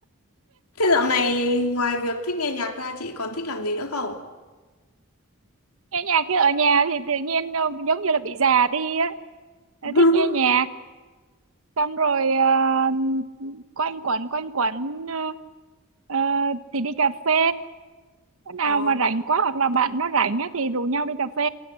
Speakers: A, on the left (about 75°); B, on the right (about 65°).
A: thế dạo này ngoài việc thích nghe nhạc ra chị còn thích làm gì nữa không
B: nghe nhạc chứ ở nhà thì tự nhiên ờ, giống như là bị già đi á Ờ,
A: <laughs>
B: thích nghe nhạc xong rồi à, quanh quẩn quanh quẩn à, à, thì đi cà phê Bữa nào
A: Ồ,
B: mà rảnh quá hoặc là bạn nó rảnh á thì rủ nhau đi cà phê